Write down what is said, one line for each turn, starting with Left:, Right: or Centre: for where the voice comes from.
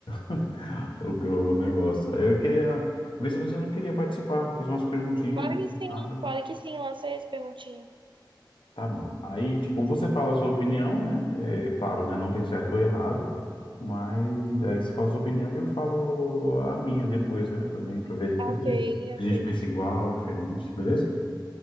Left: <laughs> O, o negócio. Aí eu queria Vê se você não queria participar, fazer umas perguntinhas,
Right: Claro que sim,
Left: nada.
Right: claro que sim. Lancei as perguntinhas.
Left: Tá bom. Aí, tipo, você fala a sua opinião, né? É, claro, né? Não tem certo ou errado, mas aí você fala a sua opinião e eu falo a minha depois, né? Também para ver
Right: Ah,
Left: o que
Right: Ok,
Left: que a gente
Right: ok.
Left: a gente pensa igual, diferente, beleza?